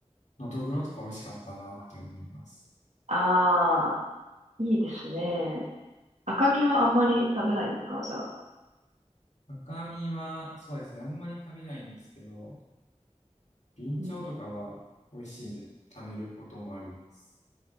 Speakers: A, on the left (about 75°); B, on the right (about 75°).
A: のどぐろとか美味しかったなって思います。
B: ああ、いいですね。赤身はあんまり食べないですかじゃあ。
A: 赤身は、そうですね。あんまり食べないんですけど、ビンチョウとかは美味しいんで貯めることもあります。
B: うんう